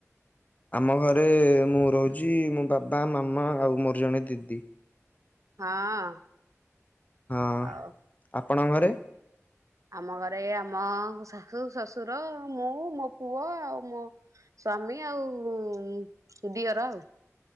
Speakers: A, on the left (about 30°); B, on the right (about 80°).
A: ଆମ ଘରେ ମୁଁ ରହୁଛି ମୋ ବାବା ମାମା ଆଉ ମୋର ଜଣେ ଦିଦି।
B: ହଁ
A: ହଁ
B: ଆଉ
A: ଆପଣଙ୍କ ଘରେ?
B: ଆମ ଘରେ ଆମ ଶାଶୁ ଶଶୁର ମୁଁ ମୋ ପୁଅ ଆଉ ମୋ ସ୍ଵାମୀ ଆଉ ଦିଅର ଆଉ।